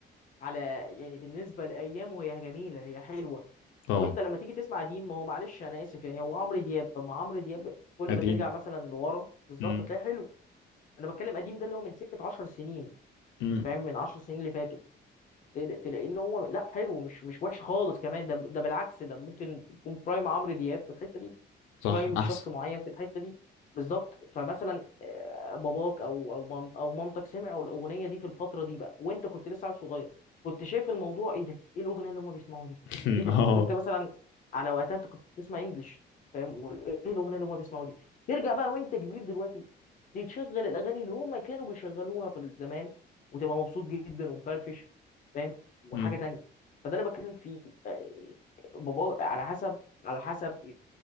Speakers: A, on the left; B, on the left.
A: على يعني بالنسبه لايامه هي جميله هي حلوه
B: طبعا
A: وانت لما تيجي تسمع قديم ما هو معلش انا اسف يعني هو عمرو دياب طب ما عمرو دياب كل
B: قديم
A: ما ترجع مثلا لورا بالظبط
B: مم.
A: هتلاقيه حلو انا بتكلم قديم ده اللي هو من سكه 10 سنين
B: مم.
A: فاهم من 10 سنين اللي فاتوا تل- تلاقيه ان هو لا حلو مش مش وحش خالص كمان ده ده بالعكس ده ممكن يكون برايم عمرو دياب في الحته دي
B: صح
A: برايم
B: أحسن
A: شخص معين في الحته دي بالظبط فمثلا آه، باباك او او مام- او مامتك سمعوا الاغنيه دي في الفتره دي بقى وانت كنت لسه عيل صغير كنت شايف الموضوع ايه ده ايه الاغنيه اللي هم بيسمعوها دي
B: <laughs>
A: ايه ده
B: اه
A: وانت مثلا على وقتها انت كنت بتسمع انجلش فاهم وال- ايه الاغنيه اللي هم بيسمعوها دي ترجع بقى وانت كبير دلوقتي تشغل الاغاني اللي هم كانوا بيشغلوها في الزمان وتبقى مبسوط جدا ومفرفش فاهم وحاجه
B: مم.
A: تانية فده اللي بتكلم فيه آه، بابا على حسب على حسب